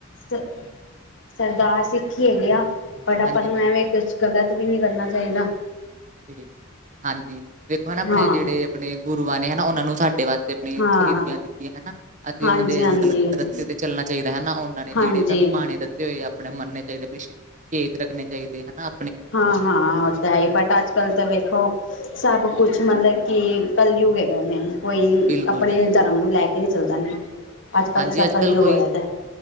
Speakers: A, on the left; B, on the right.
A: ਸਾ ਸਰਦਾਰ ਸਿੱਖੀ ਹੈਗੇ ਆ ਬਟ ਆਪਾਂ
B: ਹਾਂਜੀ
A: ਨੂੰ
B: ਹਾਂਜੀ
A: ਐਵੇਂ ਕੁਛ ਗ਼ਲਤ ਵੀ ਨੀ ਕਰਨਾ ਚਾਈਦਾ।
B: ਠੀਕ ਹਾਂਜੀ ਦੇਖੋ ਨਾ ਅਪਣੇ
A: ਹਾਂ
B: ਜੇੜੇ ਅਪਣੇ ਗੁਰੂਆਂ ਨੇ ਹਨਾ ਓਨਾਂ ਨੂੰ ਸਾਡੇ ਵਾਸਤੇ ਆਪੀਆਂ
A: ਹਾਂ
B: ਸ਼ਹੀਦੀਆਂ ਦਿੱਤੀਆਂ ਹਨਾ। ਅਸੀਂ
A: ਹਾਂਜੀ
B: ਉਹਨਾਂ ਦੇ
A: ਹਾਂਜੀ
B: ਮਤਲਬ ਰਸਤੇ ਤੇ ਚੱਲਣਾ ਚਾਹੀਦਾ ਹੈਨਾ ਉਹਨਾਂ ਨੇ
A: ਹਾਂਜੀ
B: ਜਿਹੜੇ ਸਾਨੂੰ ਭਾੜੇ ਏ ਆਪਣੇ ਮੰਨੇ ਚਾਹੀਦੇ, ਆਪਣੇ ਕੇਸ ਰੱਖਣੇ ਚਾਹੀਦੇ ਹੈਨਾ।
A: ਹਾਂ-ਹਾਂ, ਔਤਾ ਹੈਹੀ ਬਟ ਅਜ ਕੱਲ੍ਹ ਤਾਂ ਵੇਖੋ ਸਭ ਕੁਛ ਮਤਲਬ ਕਿ ਕੱਲਯੁਗ ਹੈਗਾ ਨੇ। ਕੋਈ
B: ਬਿਲਕੁਲ
A: ਅਪਣੇ
B: ਬਿਲਕੁਲ
A: ਧਰਮ ਨੂੰ ਲੈ ਕੇ ਨੀ ਚੱਲਦਾ ਨੇ, ਅੱਜ-ਕੱਲ੍ਹ
B: ਹਾਂਜੀ
A: ਤਾਂ ਸਭ
B: ਅੱਜ
A: ਕਲਯੁਗ
B: ਕੱਲ ਕੋਈ
A: ਹੋਯਾ ਦੈ।